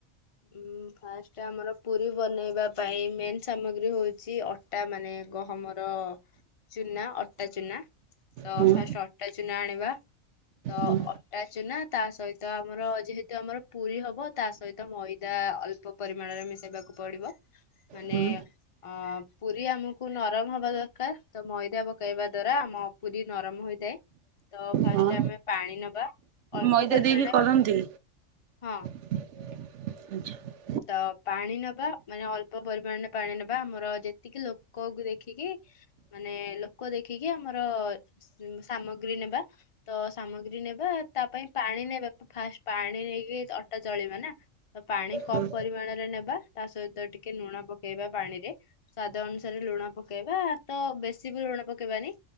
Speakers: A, on the left; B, on the right.
A: ଉଁ ଫାଷ୍ଟ ଆମର ପୁରୀ ବନେଇବା ପାଇଁ ମେନ୍ ସାମଗ୍ରୀ ହଉଛି ଅ ଟା ମାନେ ଗହମର ଚୁନା ଅଟା ଚୁନା ତ
B: ହୁଁ
A: ଫାଷ୍ଟ ଅଟା ଚୁନା ଆଣିବା ତ
B: ହୁଁ
A: ଅଟା ଚୁନା ତା ସହିତ ଆମର ଯେହେତୁ ଆମର ପୁରୀ ହବ ତା ସହିତ ମଇ ଦା ଅଳ୍ପ ପରିମାଣରେ ମିଶେଇବାକୁ ପଡିବ ମାନେ
B: ହୁଁ
A: ଅ ପୁରୀ ଆମକୁ ନରମ ହବା ଦରକାର ତ ମଇଦା ପକେଇବା ଦ୍ଵାରା ଆମ ପୁରୀ ନରମ ହୋଇଥାଏ ତ ଫାଷ୍ଟ
B: ହଁ
A: ଆମେ ପାଣି ନବା ଅଳ୍ପ
B: ମଇଦା
A: ପରିମାଣରେ
B: ଦେଇକି କରନ୍ତି
A: ହଁ
B: ଆଚ୍ଛା।
A: ତ ପାଣି ନବା ମାନେ ଅଳ୍ପ ପରିମାଣରେ ପାଣି ନବା ଆମର ଯେତିକି ଲୋକକୁ ଦେଖିକି ମାନେ ଲୋକ ଦେଖିକି ଆମର ସାମଗ୍ରୀ ନେବା ତ ସାମଗ୍ରୀ ନେବା ତା ପାଇଁ ପାଣି ନେବା ଫାଷ୍ଟ ପାଣି ନେଇକି ଅଟା ଦଳିବା ନା ତ ପାଣି କମ
B: ହୁଁ
A: ପରିମାଣରେ ନେବା ତା ସହିତ ଟିକେ ଲୁଣ ପକେଇବା ପାଣିରେ ସ୍ଵାଦ ଅନୁସାରେ ଲୁଣ ପକେଇବା ତ ବେଶୀ ବି ଲୁଣ ପକେଇବାନି